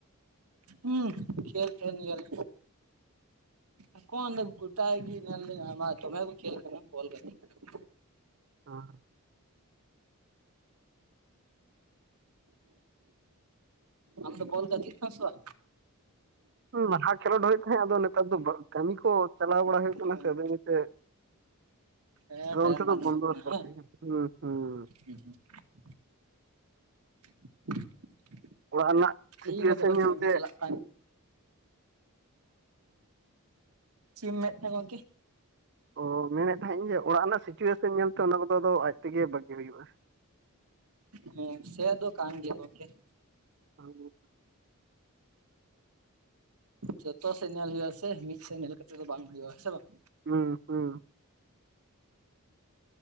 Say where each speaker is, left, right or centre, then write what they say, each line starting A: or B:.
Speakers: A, on the right; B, on the right.
A: ᱦᱩᱸ ᱠᱷᱮᱹᱞ ᱠᱟᱱ ᱜᱮᱭᱟᱞᱮ᱾ ᱮᱠᱷᱚᱱ ᱫᱚ ᱜᱚᱴᱟ ᱜᱤ ᱧᱮᱞ ᱫᱟᱹᱧ ᱟᱭᱢᱟ ᱫᱚᱢᱮ ᱠᱚ ᱠᱷᱮᱹᱞ ᱠᱟᱱᱟ ᱵᱚᱞ ᱜᱟᱹᱛᱤᱜ ᱠᱟᱱᱟ ᱠᱚ᱾
B: ᱦᱚᱸ᱾ <inaudible>
A: ᱟᱢ ᱫᱚ ᱵᱚᱞ ᱜᱟᱹᱛᱤᱜ ᱠᱟᱱᱟᱢ ᱥᱮ ᱵᱟ?
B: ᱞᱟᱦᱟ ᱠᱷᱮᱞᱳᱰ ᱦᱩᱭᱩᱜ ᱛᱟᱦᱮᱸᱫ ᱟᱫᱚ ᱱᱮᱛᱟᱨ ᱫᱚ ᱠᱟᱹᱢᱤ ᱠᱚ ᱪᱟᱞᱟᱣ ᱵᱟᱲᱟ ᱦᱩᱭᱩᱜ
A: ᱵᱟᱝ?
B: ᱠᱟᱱᱟ ᱥᱮ ᱟᱫᱚ ᱤᱱᱟᱹᱛᱮ
A: ᱦᱮᱸ
B: ᱟᱫᱚ
A: ᱴᱟᱭᱤᱢ
B: ᱚᱱᱛᱮ ᱫᱚ
A: ᱵᱟᱹᱱᱩᱜᱚᱜ
B: ᱵᱚᱱᱫᱚ
A: ᱠᱟᱱᱟ
B: ᱦᱟᱛᱟᱲ
A: ᱦᱮᱸ
B: ᱦᱩᱭ ᱟᱠᱟᱱᱟ ᱦᱩᱸ ᱦᱩᱸ ᱾
A: <inaudible> <inaudible>
B: ᱚᱲᱟᱜ ᱨᱮᱱᱟᱜ ᱥᱤᱪᱩᱭᱮᱥᱚᱱ
A: ᱤᱧ ᱦᱚᱸ ᱡᱚᱠᱷᱚᱱ
B: ᱧᱮᱞᱛᱮ ᱾
A: <unintelligible> <unintelligible> ᱪᱮᱫ ᱮᱢ ᱞᱟᱹᱭ ᱮᱫ ᱛᱟᱦᱮᱫ ᱜᱚᱝᱠᱮ?
B: ᱚ ᱢᱮᱱᱮᱫ ᱛᱟᱦᱮ ᱤᱧ ᱡᱮ ᱚᱲᱟᱜ ᱨᱮᱱᱟᱜ ᱥᱤᱪᱩᱭᱮᱥᱮᱱ ᱧᱮᱞᱛᱮ ᱚᱱᱟ ᱠᱚᱫᱚ ᱟᱫᱚ ᱟᱡ ᱛᱮᱜᱮ ᱵᱟᱹᱜᱤ ᱦᱩᱭᱩᱜᱼᱟ ᱾
A: ᱦᱮᱸ ᱥᱮ ᱫᱚ ᱠᱟᱱ ᱜᱮᱭᱟ ᱜᱚᱢᱠᱮ ᱾
B: <inaudible>
A: ᱡᱚᱛᱚ ᱥᱮᱫ ᱧᱮᱞ ᱦᱩᱭᱩᱜᱼᱟ ᱥᱮ ᱢᱤᱫ ᱥᱮᱫ ᱧᱮᱞ ᱠᱟᱛᱮᱫ ᱫᱚ ᱵᱟᱝ ᱦᱩᱭᱩᱜᱼᱟ ᱥᱮ ᱵᱟᱝ?
B: ᱦᱩᱸ ᱦᱩᱸ ᱾